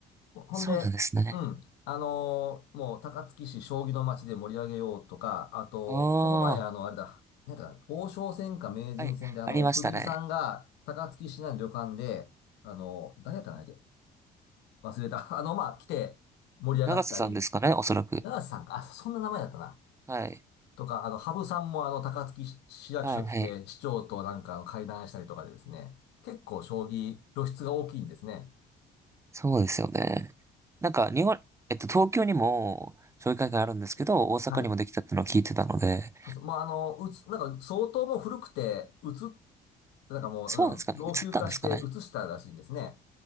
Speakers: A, on the left; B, on the right.
A: ほほんで、
B: そうなんですね。
A: うん。あのーもう、高槻市将棋の街で盛り上げようとか、あと、
B: あ
A: この前、あの、
B: あ、
A: あれだ、なんだか、王将戦か名人戦で、
B: はい。
A: あの、
B: ありましたね。
A: 藤井さんが高槻市内の旅館で、あの、誰やったかな、相手忘れた。<laughs> あの、まあ、来て盛り上がったり、
B: 長瀬さんですかね、おそらく。
A: 長瀬さんか、あ、そんな名前だったな。
B: はい。
A: とか、あの、羽生さんも、あの、高槻市市役所来て、
B: はい、はい。
A: 市長となんかあの会談したりとかでですね、結構、将棋、露出が大きいんですね。
B: そうですよね。なんか、日本、えっと、東京にも、将棋会館あるんですけど、大阪にもできたってのを聞いてたので、
A: はい。そうそう。まあ、あの、うつ、なんか相当もう古くて、うつ、なんかもう、
B: そうなんですかね移ったんですかね
A: うん、老朽化してうつしたらしいんですね。